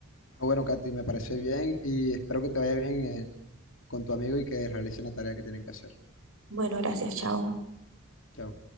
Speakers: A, on the left (about 65°); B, on the right (about 80°).
A: Ah, bueno, Katy, me parece bien y espero que te vaya bien eh, con tu amigo y que realicen la tarea que tienen que hacer.
B: Bueno, gracias, chao.
A: Chao.